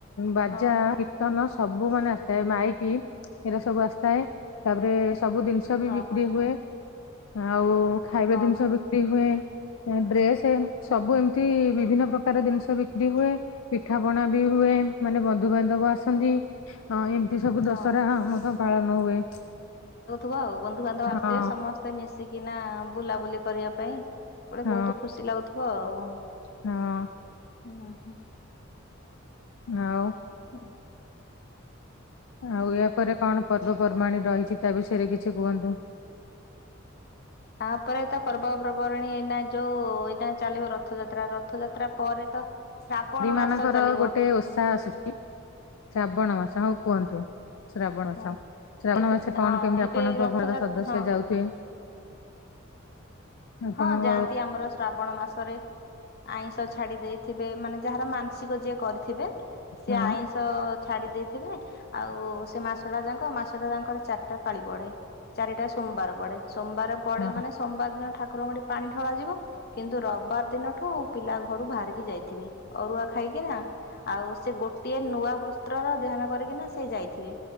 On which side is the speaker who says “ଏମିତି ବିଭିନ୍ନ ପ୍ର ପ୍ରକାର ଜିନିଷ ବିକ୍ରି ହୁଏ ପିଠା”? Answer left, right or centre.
Left